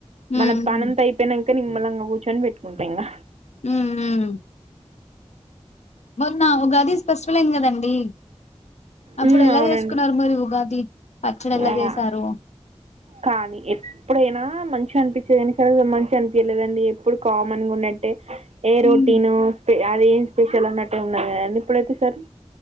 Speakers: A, on the left (about 80°); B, on the right (about 75°).
A: ఉమ్
B: మన పనంతైపోయిన నిమ్మలంగా కూర్చొని పెట్టుకుంటా ఇంగ
A: ఉమ్మ్ మ్మ్ మొన్న ఉగాది స్పెస్టివల్ అయ్యింది కదండి అప్పుడు
B: ఉమ్
A: ఎలా
B: అవునండి
A: చేసుకున్నారు మరి ఉగాది పచ్చడి ఎలా
B: ఆ
A: చేసారు
B: కానీ ఎప్పుడైనా మంచిగా అనిపించే కానీ స <unintelligible> మంచిగా అనిపించలేదండి ఎప్పుడు కామన్ గా ఉన్నట్టే ఏ
A: ఉమ్
B: రోటీన్ అది ఏం స్పెషల్ అన్నట్టే ఉన్నది కదండి ఇప్పుడైతే సారి